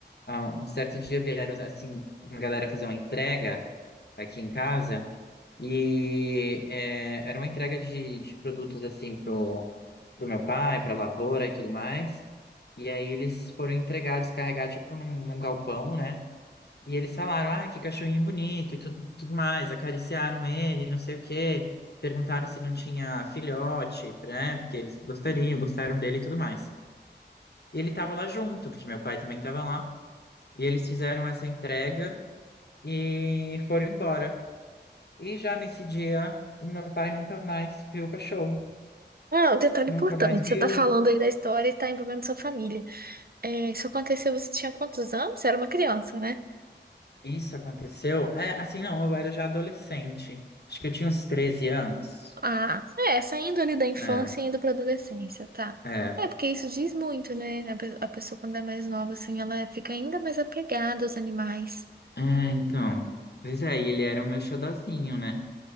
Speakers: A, on the left; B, on the right.
A: ah, um certo dia vieram, assim, uma galera fazer uma entrega aqui em casa. E é, era uma entrega de, de produtos, assim, pro, pro meu pai, pra lavoura e tudo mais. E aí eles foram entregar, descarregar, tipo, num, num galpão, né? E eles falaram, ah, que cachorrinho bonito e tudo, tudo mais. Acariciaram ele, não sei o quê. Perguntaram se não tinha filhote, né? Porque eles gostariam, gostaram dele e tudo mais. E ele tava lá junto, porque meu pai também tava lá. E eles fizeram essa entrega e foram embora. E já nesse dia, o meu pai nunca mais viu o cachorro.
B: Ah, um detalhe
A: Nunca
B: importante.
A: mais viu.
B: Você tá falando aí da história e tá envolvendo sua família. É, isso aconteceu, você tinha quantos anos? Você era uma criança, né?
A: Isso aconteceu. É, assim, não, eu era já adolescente. Acho que eu tinha uns 13 anos.
B: Ah, é, saindo ali da infância
A: né?
B: e indo pra adolescência, tá?
A: é.
B: É, porque isso diz muito, né? A pe- a pessoa, quando é mais nova, assim, ela fica ainda mais apegada aos animais.
A: É, então. Pois é, e ele era o meu xodozinho, né?